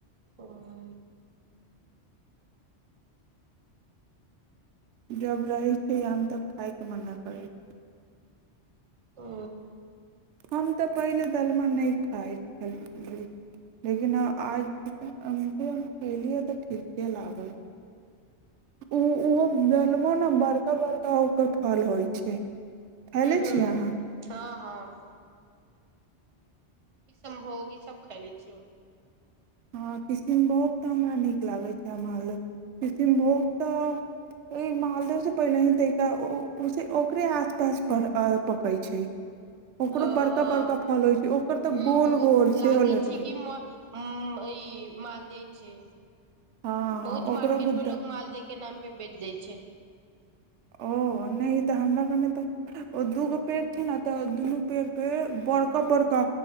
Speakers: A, on the right; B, on the right.
A: ओ ह
B: जब रहै छै आम तब खााय के मन न करै या
A: ओ
B: हम तऽ पहिले दलमा नइ खाइत छलौं लेकिन आज अ हम खेलियै तऽ ठीके लागल ओ ओहो बेलबो ने बड़का बड़का ओकर फल होइ छै खैले
A: हूं
B: छी अहाँ
A: हँ हँ किसनभोग ई सब खैले छीियै
B: हँ किशनभोग तऽ हमरा नीक लागै छै माल किशनभोग तऽ ओ मालदेवसँ पहिले ही तरीका उस ओकरे आसपास पकै छै ओकरो
A: ओहो
B: बड़का बड़का फल होइ छै ओकर तऽ
A: हुँ
B: गोल
A: बहुत
B: गोल सेहो
A: लागि
B: लेखन
A: छै कि म उ ई मालदेय छै
B: हँ
A: बहुत
B: ओकरो
A: मार्केट
B: गुद्दा
A: में लोग माल के नाम पे बेच दइ छै
B: ओ नहि तऽ हमरा गाँव मे तऽ ओ दूगो पेड़ छै ने तऽ दुनू पेड़ पे बड़का बड़का